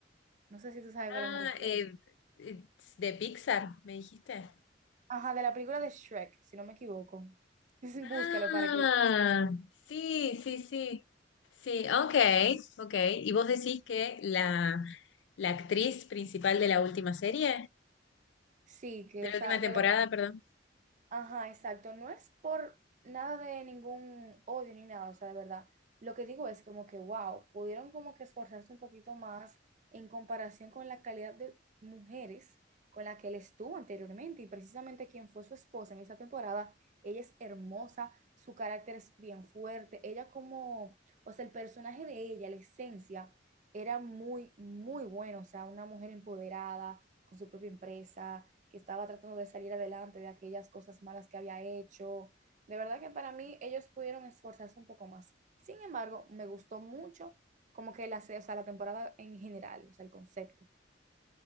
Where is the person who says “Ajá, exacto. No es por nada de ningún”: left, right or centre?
Right